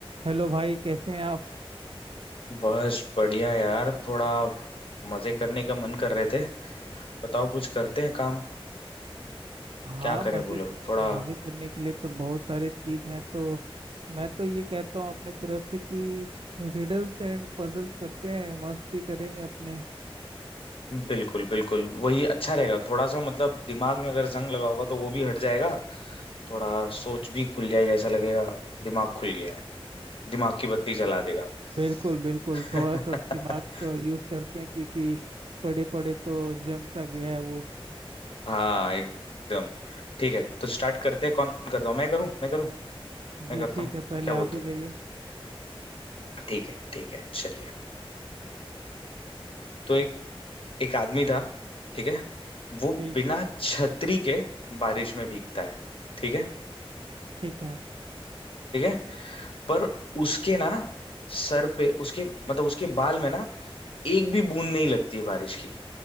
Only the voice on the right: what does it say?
Hello भाई कैसे हैं आप
हाँ
मजे
मजे करने के लिए तो बहुत सारे चीज हैं तो मैं तो ये कहता हूँ अपने तरफ से कि रिडल्स एंड पजल्स करते हैं मस्ती करेंगे अपने
बिल्कुल बिल्कुल
थोड़ा सा दिमाग का यूज करते हैं क्योंकि पड़े पड़े तो जम सा गया है वो
जी
ठीक
है पहले
आप
ही
करिए
ठीक
है
ठीक है